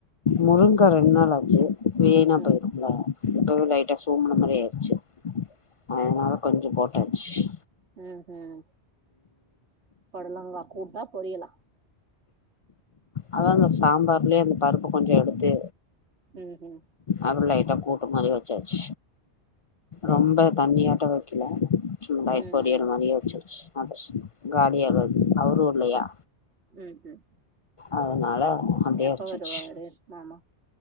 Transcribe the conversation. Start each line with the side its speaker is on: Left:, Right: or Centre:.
Left: முருங்காய் ரெண்டு நாள் ஆச்சு வீணாபோயிரும்ல
Right: ம்.
Left: இப்பவே லைட்டா சும்புன மாரி ஆயிருச்சு அதனால கொஞ்சம் போட் சுயி
Right: ம் ஹிம் பொடலங்கா கூட்டா பொரியால
Left: அதா இந்த சாம்பார்லயே அந்த பருப்பு கொஞ்ஜோ எடுத்து
Right: ம்ஹ்ம்.
Left: அப்டி லைட்டா கூட் மாரி வெச்சாச்
Right: சரி,
Left: ரொம்ப
Right: சரி.
Left: தண்ணியாட்டோ வெக்கல சும்மா
Right: ம்.
Left: பொரியல் மாரியே வெச்சாச்சு <unintelligible> காலியாகது அவரு இல்லையா
Right: ம்ஹ்ம்.
Left: அதனால அப்டியே
Right: எப்ப
Left: வெச்சாச்சு
Right: வருவாரு மாமா?